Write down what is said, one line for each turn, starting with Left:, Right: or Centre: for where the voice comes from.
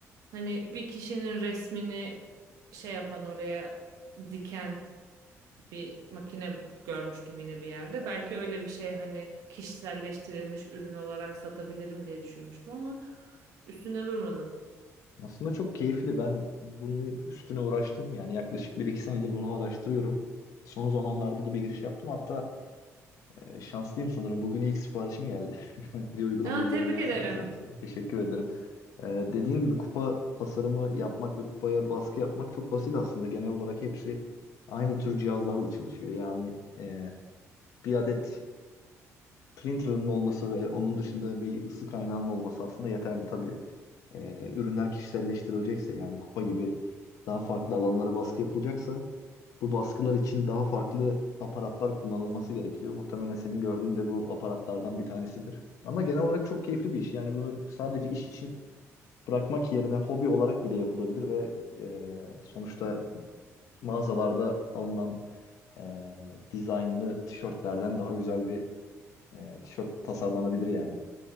Right: hani bir kişinin resmini şey yapan oraya diken bir makine görmüştüm yine bir yerde. Belki öyle bir şey hani kişiselleştirilmiş ürün olarak satabilirim diye düşünmüştüm ama üstünde durmadım.
Left: Aslında çok keyifli. Ben bunun üstüne uğraştım. Yani yaklaşık bir iki senedir bunu araştırıyorum. Son zamanlarda da bir giriş yaptım. Hatta e, şanslıyım sanırım. Bugün ilk siparişim geldi. <laughs> Bir uygulama
Right: Aa,
Left: üzerinden
Right: tebrik ederim.
Left: satış yaptım. Teşekkür ederim. Ee, dediğin gibi kupa tasarımı yapmak ve kupaya baskı yapmak çok basit aslında. Genel olarak hepsi aynı tür cihazlarla çalışıyor. Yani e, bir adet printer'ın olması ve onun dışında bir ısı kaynağının olması aslında yeterli tabii. E, ürünler kişiselleştirilecekse yani kupa gibi daha farklı alanlara baskı yapılacaksa bu baskılar için daha farklı aparatlar kullanılması gerekiyor. Muhtemelen senin gördüğün de bu aparatlardan bir tanesidir. Ama genel olarak çok keyifli bir iş. Yani bunu sadece iş için bırakmak yerine hobi olarak bile yapılabilir ve e, sonuçta mağazalarda alınan e, dizaynlı tişörtlerden daha güzel bir e, tişört tasarlanabilir yani.